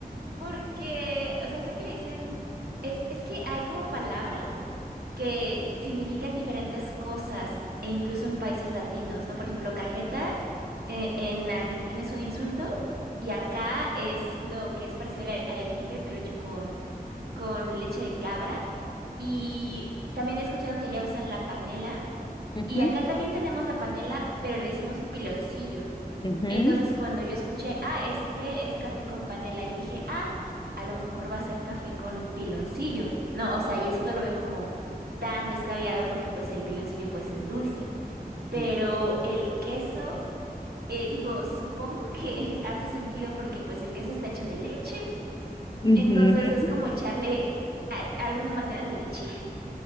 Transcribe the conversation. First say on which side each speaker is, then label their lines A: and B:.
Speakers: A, on the right; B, on the left.
A: Porque, o sea, sé que le dicen, es, es que hay como palabras que significan diferentes cosas, e incluso en países latinos, ¿no? Por ejemplo, cajeta eh, en Argentina es un insulto y acá es lo que es parecido al, ar- al arequipe, pero hecho con, con leche de cabra. Y también he escuchado que allá usan la panela.
B: Ujú,
A: Y acá también tenemos la panela, pero le decimos piloncillo.
B: ujú,
A: Entonces cuando yo escuché, ah, es que es café con panela, yo dije, ah, a lo mejor va a ser café con piloncillo. No, o sea, y eso no lo veo como tan descabellado porque pues el piloncillo pues es dulce. Pero
B: sí.
A: el queso, eh, digo, supongo que <laughs> hace sentido porque pues el queso está hecho de leche.
B: ujú.
A: Entonces es como echarle a- alguna manera de leche